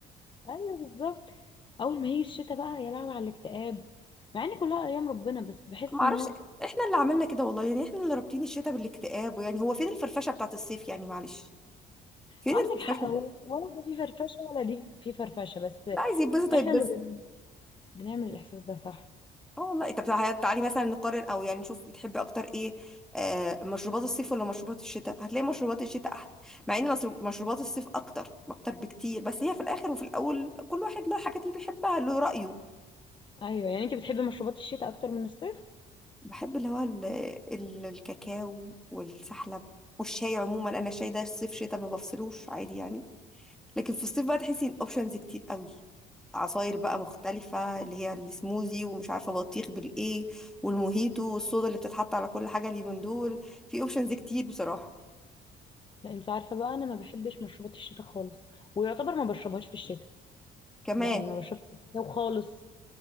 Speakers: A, on the left; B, in the centre.
A: ايوه بالظبط اول ما هي الشتاء بقى يا لهوي على الاكتئاب مع ان كلها ايام ربنا بس بحس
B: ما اعرفش
A: ان هو
B: احنا اللي عملنا كده والله يعني احنا اللي رابطين الشتاء بالاكتئاب ويعني هو فين الفرفشه بتاعت الصيف يعني معلش فين
A: عندك
B: الفرفشه
A: حق هو ولا ده فيه فرفشه ولا دي فيه فرفشه بس
B: لا عايز يتبسط هيتبسط
A: احنا اللي بن- بنعمل الاحساس ده صح
B: اه والله طب تعالي تعالي مثلا نقارن او يعني نشوف بتحبي اكتر ايه آه مشروبات الصيف ولا مشروبات الشتاء هتلاقي مشروبات الشتاء احلى مع ان مصر- مشروبات الصيف اكتر اكتر بكتير بس هي في الاخر وفي الاول كل واحد له الحاجات اللي بيحبها له رايه
A: ايوه يعني انت بتحبي مشروبات الشتاء اكتر من الصيف
B: بحب اللي هو ال- ال- الكاكاو والسحلب والشاي عموما انا الشاي ده الصيف شتاء ما بفصلوش عادي يعني لكن في الصيف بقى تحسي ان اوبشنز كتير قوي عصاير بقى مختلفة اللي هي السموزي ومش عارفة بطيخ بالايه والموهيتو والصودا اللي بتتحط على كل حاجة اليومين دول في اوبشنز كتير بصراحة
A: لا انت عارفه بقى انا ما بحبش مشروبات الشتاء خالص ويعتبر ما بشربهاش في الشتاء
B: كمان
A: يعني ما بشربش في الشتاء خالص